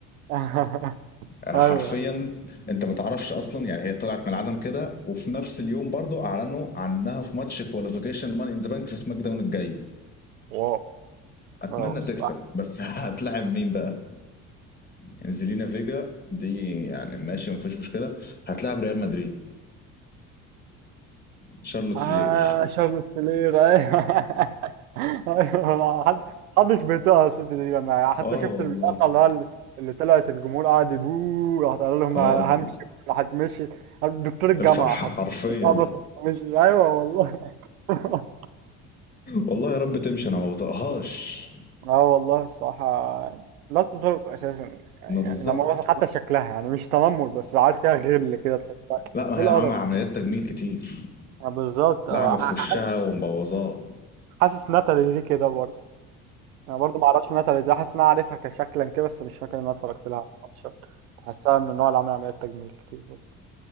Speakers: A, on the right; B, on the left.
A: <laughs>
B: انا
A: ايوه
B: حرفيا انت ما تعرفش اصلا يعني هي طلعت من العدم كده وفي نفس اليوم برضو اعلنوا عنها في ماتش كواليفيكيشن الماني ان ذا بانك في سماك داون الجاي
A: واو
B: اتمنى
A: واو الصراحه
B: تكسب بس <laughs> هتلاعب مين بقى يعني زيلينا فيجا دي يعني ماشي ما فيش مشكله هتلاعب ريال مدريد شارلوت
A: آه
B: فلير
A: شارلوت فلير أيوه <laughs> أيوه حد محدش بيطيقها الست دي أنا حتى
B: اه
A: شفت
B: والله
A: المقطع اللي هو اللي اللي طلعت الجمهور قاعد يبوه راحت قال لهم
B: اه
A: همشي راحت مشيت دكتور الجامعة
B: الفرحه
A: حرفياً.
B: حرفيا
A: اتقمص مشي أيوه والله <laughs>
B: والله يا رب تمشي انا ما بطقهاش
A: اه والله الصراحة يعني لا تطاق أساسا يعني
B: ما بالظبط
A: لما أعرف حتى شكلها يعني مش تنمر بس عارف فيها غل كده تحسها
B: لا ما
A: إيه
B: هي
A: القرف
B: عمل عمليات
A: ده؟
B: تجميل كتير
A: آه، بالظبط
B: لعبة
A: آه،
B: في
A: ح-
B: وشها ومبوظاه
A: حاسس ناتالي دي كده برضه انا برضو ما اعرفش ناتالي دي حاسس ان انا عارفها كشكلا كده بس مش فاكر ان انا اتفرجت لها على الماتش حاسسها من النوع اللي عامل عمليات تجميل كتير برضه